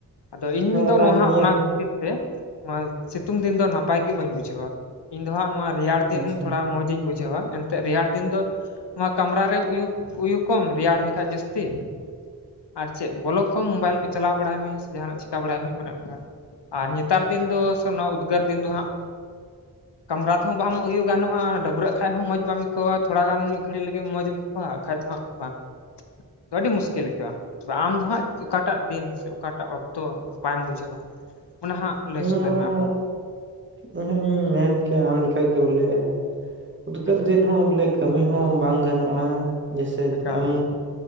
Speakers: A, on the left; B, on the right.
A: ᱟᱫᱚ ᱤᱧ
B: ᱦᱮᱸ
A: ᱫᱚ ᱱᱟᱜ
B: ᱱᱤᱭᱟᱹ
A: ᱚᱱᱟ ᱠᱷᱟᱹᱛᱤᱨ ᱛᱮ ᱱᱚᱣᱟ ᱥᱤᱛᱩᱝ ᱫᱤᱱ ᱫᱚ ᱱᱟᱯᱟᱭ ᱜᱮ ᱵᱟᱹᱧ ᱵᱩᱡᱷᱟᱹᱣᱟ ᱤᱧ ᱫᱚ ᱦᱟᱸᱜ ᱱᱚᱣᱟ ᱨᱮᱭᱟᱲ ᱫᱤᱱ
B: ᱟᱪᱪᱷᱟ
A: ᱛᱷᱚᱲᱟ ᱢᱚᱡᱡᱽ ᱤᱧ ᱵᱩᱡᱷᱟᱹᱣᱟ ᱮ ᱮᱱᱛᱮᱫ ᱨᱮᱭᱟᱲ ᱫᱤᱱ ᱫᱚ ᱱᱚᱣᱟ ᱠᱟᱢᱨᱟ ᱨᱮ ᱩᱭᱩ ᱩᱭᱩ ᱠᱚᱢ ᱨᱮᱭᱟᱲ ᱢᱮᱠᱷᱟ ᱡᱟᱹᱥᱛᱤ ᱟᱨ ᱪᱮᱫ ᱵᱚᱞᱚᱠ ᱠᱚᱢ ᱢᱳᱵᱟᱭᱤᱞ ᱠᱚ ᱪᱟᱞᱟᱣ ᱵᱟᱲᱟᱭ ᱢᱮ ᱥᱮ ᱡᱟᱦᱟᱱᱟᱜ ᱪᱤᱠᱟ ᱵᱟᱲᱟᱭ ᱢᱮ ᱚᱱᱮ ᱚᱱᱠᱟ ᱟᱨ ᱱᱮᱛᱟᱨ ᱫᱤᱱ ᱫᱚ ᱥᱮ ᱚᱱᱟ ᱩᱫᱽᱜᱟᱹᱨ ᱫᱤᱱ ᱫᱚ ᱦᱟᱸᱜ
B: <inaudible>
A: ᱠᱟᱢᱨᱟ ᱛᱮᱦᱚᱸ ᱵᱟᱢ ᱩᱭᱩ ᱜᱟᱱᱚᱜ-ᱟ ᱾ ᱰᱟᱹᱵᱽᱨᱟᱹᱜ ᱠᱷᱟᱡᱽ ᱦᱚᱸ ᱢᱚᱡᱽ ᱵᱟᱢ ᱟᱹᱭᱠᱟᱹᱣᱟ ᱛᱷᱚᱲᱟ ᱜᱟᱱ ᱢᱤᱫ ᱜᱷᱟᱹᱲᱤᱡ ᱞᱟᱹᱜᱤᱫ ᱢᱚᱡᱽ ᱮᱢ ᱟᱹᱭᱠᱟᱹᱣᱟ ᱵᱟᱠᱷᱟᱡ ᱫᱚ ᱦᱟᱸᱜ ᱵᱟᱝ
B: <inaudible>
A: ᱟᱹᱰᱤ ᱢᱩᱥᱠᱤᱞ ᱞᱮᱠᱟ ᱟᱢ ᱫᱚ ᱦᱟᱸᱜ ᱚᱠᱟᱴᱟᱜ ᱫᱤᱱ ᱥᱮ ᱚᱠᱟᱴᱟᱜ ᱚᱠᱛᱚ ᱛᱚ ᱱᱟᱯᱟᱭᱮᱢ ᱵᱩᱡᱷᱟᱹᱣᱟ ᱚᱱᱟ ᱦᱟᱸᱜ ᱞᱟᱹᱭ
B: ᱤᱧᱦᱚᱸ
A: ᱥᱚᱫᱚᱨ ᱢᱮ ᱟᱢ ᱦᱚᱸ
B: ᱤᱧᱦᱚᱸᱧ ᱢᱮᱱ ᱠᱮᱭᱟ ᱟᱢ ᱞᱮᱠᱟ ᱜᱮ ᱵᱚᱞᱮ ᱩᱫᱽᱜᱟᱹᱨ
A: ᱦᱩᱸ ᱦᱩᱸ
B: ᱫᱤᱱ ᱦᱚᱸ ᱵᱚᱞᱮ ᱠᱟᱹᱢᱤ ᱦᱚᱸ ᱵᱟᱝ ᱜᱟᱱᱚᱜ-ᱟ ᱡᱮᱭᱥᱮ
A: ᱮᱠᱟᱞ
B: ᱟᱢ
A: ᱮᱠᱟᱞ